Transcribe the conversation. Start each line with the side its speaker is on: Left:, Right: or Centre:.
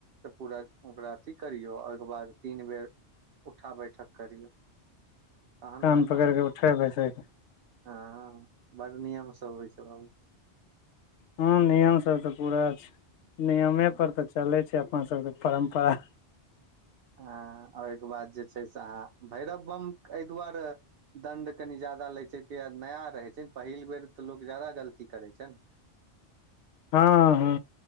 Right: पूरा ओकरा अथी करियौ ओहिके बाद तीन बेर उठा बैठक करियौ तहन
Left: कान
Right: अहाँ
Left: पकड़िके
Right: कामल
Left: उठै बैसैके
Right: हँ बड़ नियम सब होइ छै बाबू
Left: हँ नियम सब तऽ पूरा छै नियमे
Right: हँ
Left: पर तऽ चलै छै अपन सबके परम्परा
Right: आ ओहिके बाद जे छै से अहाँ भैरव बम एहि दुआरे। दण्ड कनि ज्यादा लै छै तै नया रहै छै ने पहिल बेर तऽ लोक ज्यादा गलती करैत छै ने
Left: हँ हँ